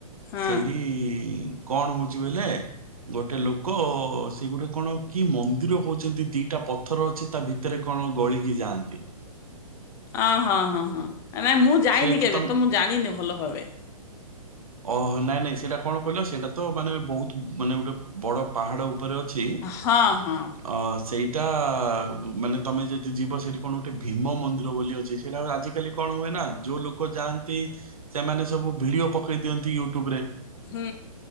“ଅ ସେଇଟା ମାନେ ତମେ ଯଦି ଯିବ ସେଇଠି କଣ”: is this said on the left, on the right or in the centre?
Right